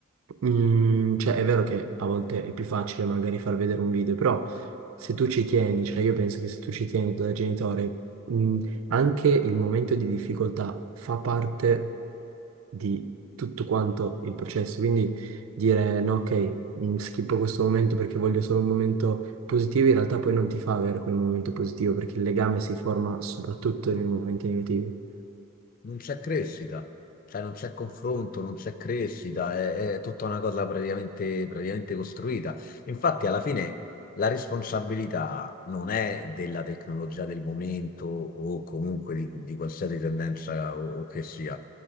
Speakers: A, on the right; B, on the left.
A: mm, cioè, è vero che a volte è più facile magari far vedere un video, però se tu ci tieni, cioè io penso che se tu ci tieni da genitore, mm, anche il momento di difficoltà fa parte di tutto quanto il processo. Quindi dire no, ok, mm, schippo questo momento perché voglio solo un momento positivo, in realtà poi non ti fa avere quel momento positivo perché il legame si forma soprattutto
B: No,
A: nei momenti negativi.
B: non c'è crescita, cioè non c'è confronto, non c'è crescita, è, è tutta una cosa praticamente, praticamente costruita. Infatti, alla fine la responsabilità non è della tecnologia del momento o comunque di, di qualsiasi tendenza o, o che sia,